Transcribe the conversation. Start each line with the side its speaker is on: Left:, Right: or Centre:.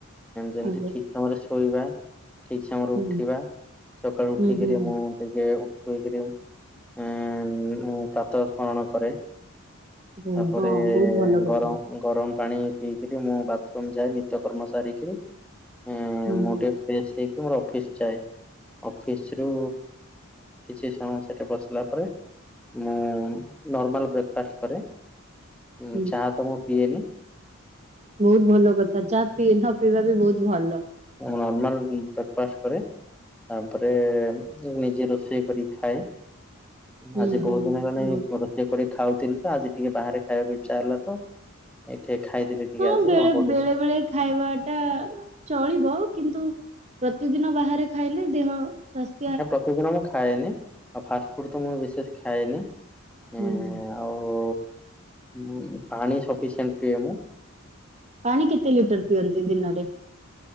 Centre: ଯେମତି
Right: ଆଜ୍ଞା
Centre: ଠିକ୍ ସମୟରେ ଶୋଇବା ଠିକ୍ ସମୟରେ
Right: ହୁଁ
Centre: ଉଠିବା। ସକାଳୁ
Right: ହୁଁ
Centre: ଉଠିକିରି
Right: ହୁଁ
Centre: ମୁଁ ଟିକେ ଉଠୁଇକିରି ଉଁ ଆଁ ମୁଁ ପ୍ରାତଃ ସ୍ମରଣ କରେ।
Right: ହୁଁ,
Centre: ତାପରେ
Right: ହଁ ବହୁତ ଭଲ କଥା
Centre: ଗରମ ଗରମ ପାଣି ପିଇକିରି ମୁଁ ବାଥରୁମ ଯାଏ ନିତ୍ୟ କର୍ମ ସାରିକିରି ମୁଁ
Right: ହୁଁ
Centre: ମୁଁ
Right: ହୁଁ
Centre: ଟିଏ ଫ୍ରସେ ହେଇକି ମୋର ଅଫିସ୍ ଯାଏ ଅଫିସରୁ କିଛି ସମୟ ସେଠି ବସିଲା ପରେ ମୁଁ ନର୍ମାଲ ବ୍ରେକଫାଷ୍ଟ କରେ। ଉଁ
Right: ହୁଁ
Centre: ଚା ତ ମୁଁ ପିଏନି।
Right: ବୋହୁତ ଭଲ କଥା ଚା ପି ନ ପିଇବା ବି ବହୁତ ଭଲ।
Centre: ନର୍ମଲ ବ୍ରେକଫାଷ୍ଟ କରେ। ତାପରେ ନିଜେ ରୋଷେଇ କରି ଖାଏ।
Right: ହୁଁ
Centre: ଆଜି
Right: ହୁଁ
Centre: ବହୁତ ଦିନ ହେଲାଣି
Right: ବହୁତ
Centre: ମୋର ଇଏ କରି ଖାଉଥିଲି ତ ଆଜି ଟିକେ ବାହାରେ ଖାଇବାକୁ ଇଚ୍ଛା ହେଲା ତ ଏଇଠେ ଖାଇଦେଲି। ଟିକେ
Right: ହଁ
Centre: ଆଜି
Right: ବେଳେ
Centre: ଅଳ୍ପ ଟିକେ।
Right: ବେଳେ ବେଳେ ଖାଇବା ଟା ଚଳିବ କିନ୍ତୁ ପ୍ରତିଦିନ ବାହାରେ ଖାଇଲେ ଦେହ ସ୍ଵାସ୍
Centre: ଆ ପ୍ରତିଦିନ ମୁଁ ଖାଏନି ଆଉ ଫାଷ୍ଟ ଫୁଡ୍ ତ ମୁଁ ବିଶେଷ ଖାଏନି।
Right: ହୁଁ
Centre: ଏଁ
Right: ହୁଁ
Centre: ଆଉ ମୁଁ ପାଣି ସଫିସିଏଣ୍ଟ ପିଏ ମୁଁ
Right: ପାଣି କେତେ ଲିଟର ପିଅନ୍ତି ଦିନରେ?